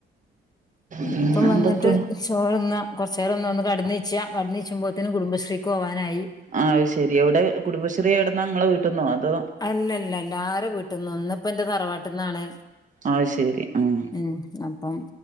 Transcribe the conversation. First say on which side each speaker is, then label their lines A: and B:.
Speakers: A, on the right (about 40°); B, on the left (about 20°).
A: പിന്നെന്തൊക്കെ
B: ഇപ്പം വന്നിട്ട് ചോറിന്ന കൊറച്ചേരം ഒന്ന് ഒന്ന് കടന്ന് <unintelligible> കാന്ചുംബത്തിന് കുടുംബശ്രീക്ക് പോകാനായി
A: ആ അയ് ശെരി എവിടെ കുടുംബശ്രീ എവിടുന്നാ ഇങ്ങളെ വീട്ട്ന്നോ അതോ
B: അല്ലല്ല എല്ലാരും വീട്ടിന്ന് ഇന്നിപ്പം എന്റെ തറവാട്ടിന്നാണ്
A: അത് ശരി ആഹ്
B: ഉം ആഹ് അപ്പം